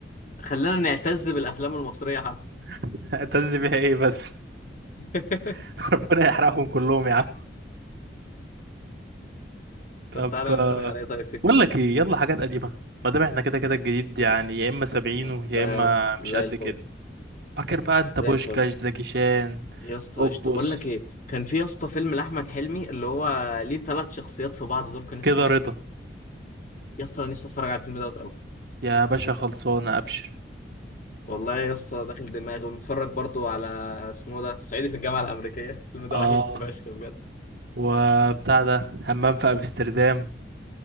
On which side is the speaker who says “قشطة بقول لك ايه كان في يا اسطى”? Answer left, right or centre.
Left